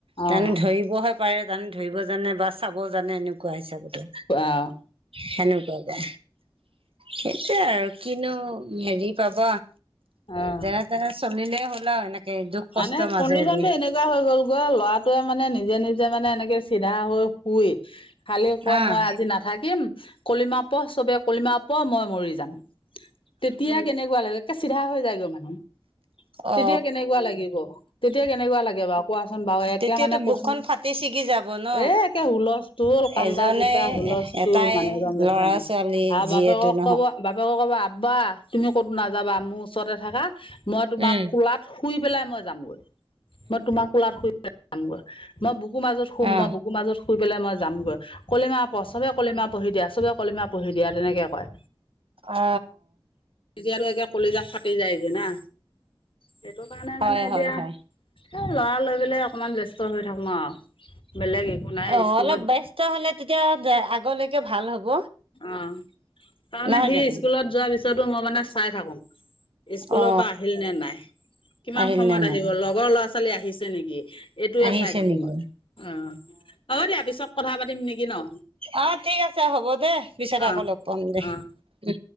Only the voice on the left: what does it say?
অহ
আহ
আহ
মানে
কণ্ডিশ্যনটো এনেকুৱা হৈ গ'ল গৈ ল'ৰাটোৱে মানে নিজে নিজে মানে এনেকে চিধা হৈ শুই খালি কয়
মই আজি নাথাকিম। কলিমা প চবে কলিমা প মই মৰি যাম তেতিয়া কেনেকুৱা লাগে। কে চিধা হৈ যায়গৈ মানুহ তেতিয়া
কেনেকুৱা লাগে লাগিব তেতিয়া কেনেকুৱা লাগে বাৰু কোৱাচোন বাৰু একে
মানে কচোন
এ একে হুলচ তুল কান্দা
গোটা হুলজ তুল
মানে একদম কান্দে
কান্দে
আৰু
বাপেকক
ক'ব বাপেক। কবা আবা তুমি ক'তো নাযাবা মোৰ ওচৰতে থাকা মই তোমাৰ
কোলাত শুই পেলাই মই যাম গৈ মই তোমাৰ কোলাত শুই যামগৈ মই বুকু মাজত শুম
মই বুুকুৰ মাজত শুই পেলাই মই যামগৈ কলিমা পচৰে কলিমা পঢ়ি দিয়া পচৰে কলিমা পঢ়ি দিয়া তেনেকে কয়
এতিয়াতো একে কলিজা ফাটি যায়গে না সেইটো কাৰণে
মানে এতিয়া।
এই ল'ৰা লৈ পেলাই অকণমান ব্যস্ত হৈ থাকোঁ আৰু। বেলেগ একো নাই
স্কুলত
অ তাৰমানে
সি স্কুলত যোৱাৰ পিছতো মই মানে চাই থাকোঁ। স্কুলৰ
পৰা আহিল নে নাই? কিমান
সময়ত
আহিব লগৰ ল'ৰা ছোৱালী আহিছে নেকি? এইটোয়ে
চাই থাকোঁ
মই। অ হ'ব দিয়া পিছত কথা পাতিম নেকি ন।
অ
অ